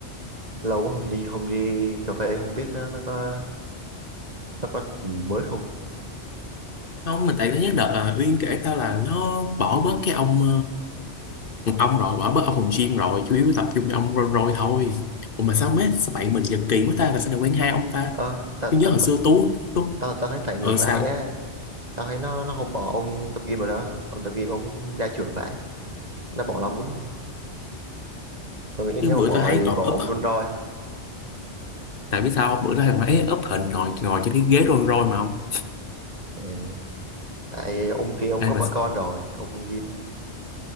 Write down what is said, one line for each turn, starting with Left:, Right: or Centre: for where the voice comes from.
Right: lâu quá không đi không đi cà phê cũng không biết nó nó có nó có gì mới không
Left: Không, mà tại nó nhớ đợt ờ, Uyên kể tao là nó bỏ bớt cái ông ông rồi bỏ bớt ông phòng gym rồi chủ yếu tập trung cho ông rong roi thôi ủa mà sao mấy, sao bạn mình giật kỳ quá ta là sao lại quen hai ông ta
Right: ờ tao
Left: nhưng nhớ
Right: tao
Left: hồi xưa
Right: tao
Left: tú tú
Right: tao tao thấy phải ngược
Left: ờ sao
Right: lại á tao thấy nó nó không bỏ ông tập gym rồi đó ông tập gym ông ra trưởng vậy nó bỏ làm muốn tôi nghĩ
Left: chứ
Right: nếu
Left: bữa
Right: mà bỏ
Left: tôi thấy
Right: thì
Left: còn
Right: bỏ ông
Left: up
Right: Vun Roy thôi
Left: tại biết sao không? bữa đó thằng ấy up hình ngồi ngồi trên cái ghế rong roi mà không
Right: ừ. tại ông kia ông
Left: ai
Right: có
Left: mà
Right: vợ con rồi ông Won Ghim ấy